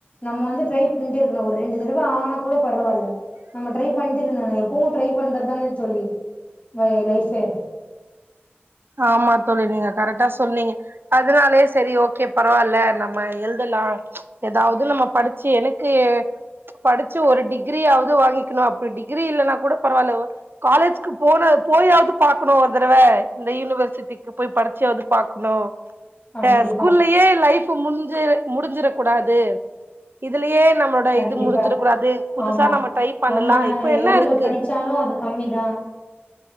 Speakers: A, on the left; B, on the right.
A: நம்ம வந்து ட்ரை பண்ட்டே இருக்கணு ஒரு ரெண்டு தடவ ஆன கூட பரவால்ல நம்ம ட்ரை பண்ட்டு இருந்தா எப்பவு ட்ரை பண்றதுதான தோழி லை லைஃப் ஃபே
B: ஆமா தோழி நீங்க கரெக்டா சொன்னீங்க அதுனாலே செரி ஓகே பரவால்ல நம்ம எழுத லா எதாவது நம்ம படிச்சு எனக்கு படிச்சு ஒரு டிகிரியாவது வாங்கிக்கணு அப்டி டிகிரி இல்லன்னா கூட பரவால்ல ஓ காலேஜுக்கு போனா அத போய்யாவது பாக்கணு ஒரு தடவ இந்த யூனிவர்சிட்டிக்கு போய் படிச்சாவது பாக்கணு
A: கண்டிப்பா
B: அ ஸ்கூல்லயே லைஃப் முடுஞ் டிஞ் முடிஞ்சுற கூடாது இதுலயே நம்மளோட
A: கண்டிப்பா
B: இது முடிஞ்சிடக் கூடாது புதுசா
A: ஆமா
B: நம்ம ட்ரை பண்ணலா
A: நம்ம
B: இப்ப என்ன
A: எவ்ளோ
B: இருக்கு
A: படிச்சாலு அது கம்மிதா